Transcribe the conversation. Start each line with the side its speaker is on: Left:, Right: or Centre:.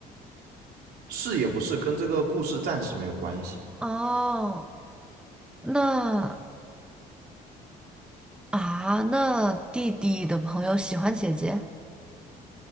Right: 是也不是跟这个故事暂时没有关系。
Centre: 哦，那啊，那弟弟的朋友喜欢姐姐，